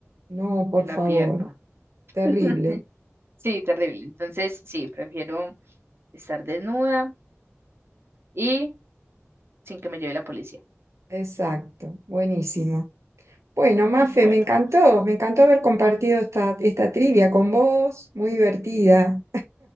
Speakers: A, on the right; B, on the right.
A: No, por
B: me la
A: favor,
B: pierdo.
A: terrible.
B: <laughs> Sí, terrible. Entonces, sí, prefiero. estar desnuda y sin que me lleve la policía.
A: Exacto, buenísimo. Bueno, Mafe,
B: Bueno,
A: me encantó, me encantó haber compartido esta, esta trivia con vos, muy divertida.